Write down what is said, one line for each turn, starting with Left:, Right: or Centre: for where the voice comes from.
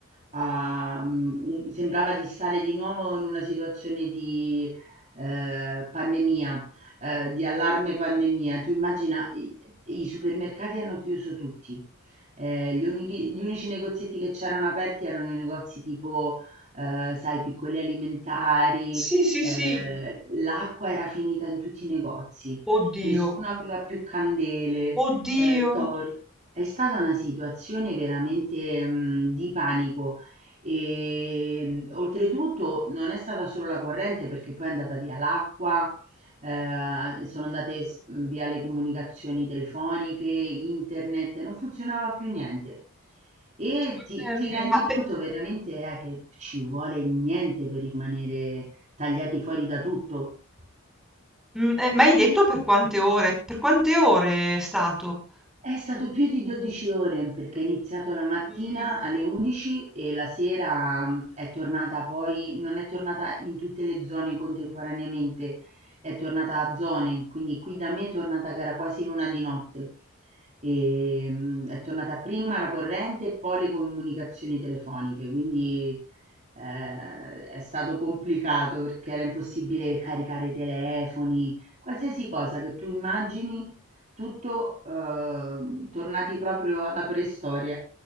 Right: a- mm, un- sembrava di stare di nuovo in una situazione di eh, pandemia, eh, di allarme pandemia. Tu immagina, i, i supermercati hanno chiuso tutti. Eh, gli unici, gli unici negozietti che c'erano aperti erano i negozi tipo, eh, sai, piccoli alimentari,
Centre: sì, sì,
Right: eh,
Centre: sì.
Right: l'acqua era finita in tutti i negozi,
Centre: Oddio,
Right: nessuno aveva più candele,
Centre: oddio.
Right: Ehm, Thor. È stata una situazione veramente, mhmm, di panico. Ehm, oltretutto non è stata solo la corrente perché poi è andata via l'acqua, ehm, sono andate s mhmm, via le comunicazioni telefoniche, internet, non funzionava più niente. E
Centre: Scusami,
Right: ti ti rendi
Centre: eh, ma,
Right: conto
Centre: pe-
Right: veramente, eh, che ci vuole niente per rimanere tagliati fuori da tutto.
Centre: mm, eh, ma hai detto per quante ore? Per quante ore è stato?
Right: È stato più di dodici ore perché è iniziato la mattina
Centre: Non mi-
Right: alle 11 e la sera mh, è tornata poi, non è tornata in tutte le zone contemporaneamente, è tornata a zone, quindi qui da me è tornata che era quasi l'una di notte. E, mh, è tornata prima la corrente e poi le comunicazioni telefoniche, quindi eh, è stato complicato perché era impossibile caricare i telefoni, qualsiasi cosa che tu immagini tutto ehm, tornati proprio alla preistoria.